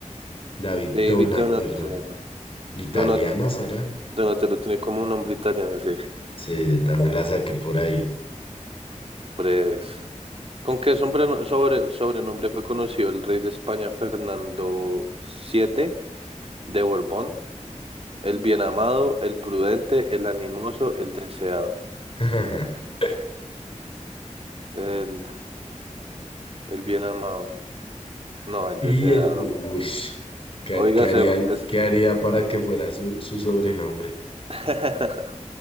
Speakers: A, on the left (about 45°); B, on the right (about 50°).
A: David
B: David
A: Donatello.
B: Donatello.
A: ¿Italiana
B: Donat,
A: será?
B: Donatello tiene como un nombre italiano, sí.
A: Sí, yo también la saqué por ahí.
B: Breves. ¿Con qué sombrero- sobre- sobrenombre fue conocido el rey de España Fernando VII de Borbón? El bien amado, el prudente, el animoso, el deseado.
A: <laughs>
B: El, el bien amado. No, el
A: Y
B: deseado.
A: el... Ush, ¿qué,
B: Oiga,
A: qué
B: ser...
A: haría,
B: Es...
A: qué haría para que fuera su, su sobrenombre?
B: <laughs>